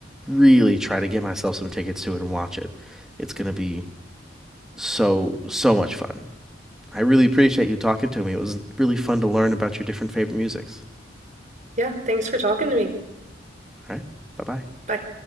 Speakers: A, in the centre; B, on the right.
A: really try to get myself some tickets to it and watch it. It's going to be so, so much fun. I really appreciate you talking to me. It was really fun to learn about your different favorite musics.
B: Yeah, thanks for talking to me.
A: All right. Bye bye.
B: Bye.